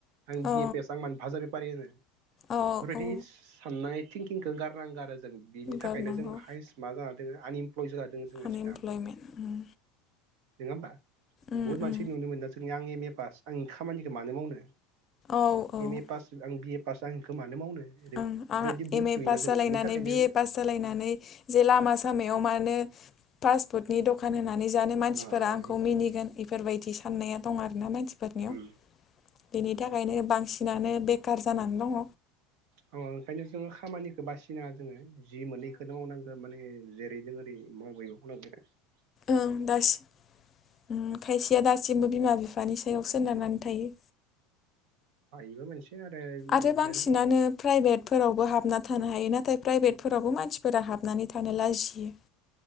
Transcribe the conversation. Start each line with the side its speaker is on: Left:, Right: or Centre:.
Right: आं
Left: औ
Right: बि-ए पास आं मानो बाजार बेफारि होनो बेफोरबायदि
Left: औ औ
Right: साननाय थिंकिंखौ गारनांगौ आरो। जों बिनि
Left: गारनांगौ
Right: थाखायनो जों हाइस्ट मा जानानै दङ आनइमप्लय। प्लय जाना दोङो जों मानसिफ्रा
Left: आनइमप्लयमेन्ट उम
Right: नङा होमबा
Left: उम
Right: बुहुद मानसि
Left: उम
Right: नुनो मोनो जोंनि आं एम-ए पास आंनि खामानिखौ मानो मावनो
Left: औ औ
Right: एम-ए पास आं बिए-पास आं इखौ मानो मावनो रखम
Left: ओं
Right: बेफोरबायदि
Left: आं
Right: बुहुत
Left: एम-ए
Right: नुयोना
Left: पास
Right: जों
Left: जालायनानै
Right: बेनि थाखायनो
Left: बि-ए पास जालायनानै जे लामा सामायाव याव माने फासपुटनि दखान होनानै नै जानो मानसिफोरा
Right: अ अ
Left: आंखौ मिनिगोन बेफोरबायदि साननाया दं आरोना मानसिफोरनियाव
Right: उम
Left: बेनि थाखायनो बांसिनानो बेखार जानानै दङ।
Right: आं ओंखायनो जोङो खामानिखौ बासिनाङा जोङो जि मोनो इखौनो मावनांगौ माने जेरै दं एरै <unintelligible>
Left: ओं दासिम खायसेया दासिमबो बिमा बिफा बिफानि सायाव सोनारनानै थायो।
Right: इबो मोनसे आरो
Left: आरो
Right: बिदियानो
Left: बांसिनानो प्राइभेटफोरावबो हाब ना थानो हायो नाथाय प्राइभेटफोरावबो मानसिफोरा हाबनानै थानो लाजियो।